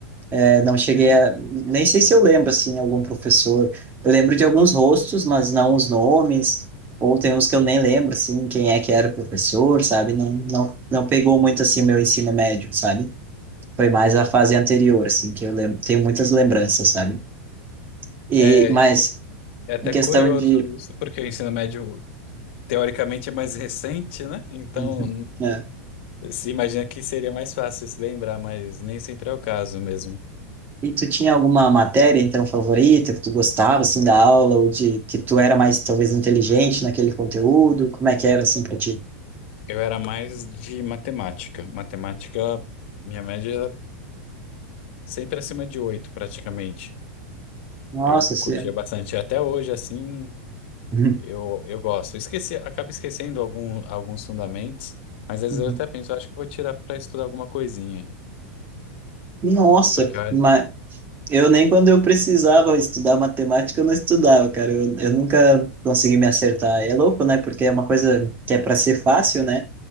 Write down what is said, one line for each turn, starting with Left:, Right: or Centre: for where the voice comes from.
Right: Eu não cheguei
Left: E
Right: a. Nem sei se eu lembro, assim, algum professor. Eu lembro de alguns rostos, mas não os nomes. Ou tem uns que eu nem lembro, assim, quem é que era o professor, sabe? Não, não, não pegou muito, assim, meu ensino médio, sabe? Foi mais a fase anterior, assim, que eu lembro. Tenho muitas lembranças, sabe? E,
Left: É,
Right: mas,
Left: é até
Right: em questão
Left: curioso
Right: de.
Left: isso, porque o ensino médio teoricamente é mais recente, né? Então,
Right: Uhum. É.
Left: se imagina que seria mais fácil se lembrar, mas nem sempre é o caso mesmo.
Right: E tu tinha alguma matéria, então, favorita, que tu gostava, assim, da aula, ou de que tu era mais, talvez, inteligente naquele conteúdo? Como é que era, assim, pra ti?
Left: Eu era mais de matemática. Matemática, minha média era sempre acima de 8 praticamente.
Right: Nossa,
Left: Eu
Right: assim...
Left: curtia bastante. Até hoje, assim,
Right: <laughs>
Left: eu, eu gosto. Esqueci, acabo esquecendo algum, alguns fundamentos, mas às
Right: Uhum.
Left: vezes eu até penso, eu acho que vou tirar para estudar alguma coisinha.
Right: Nossa,
Left: Porque eu-
Right: mas eu nem quando eu precisava estudar matemática, eu não estudava, cara. Eu, eu nunca consegui me acertar. É louco, né? Porque é uma coisa que é para ser fácil, né?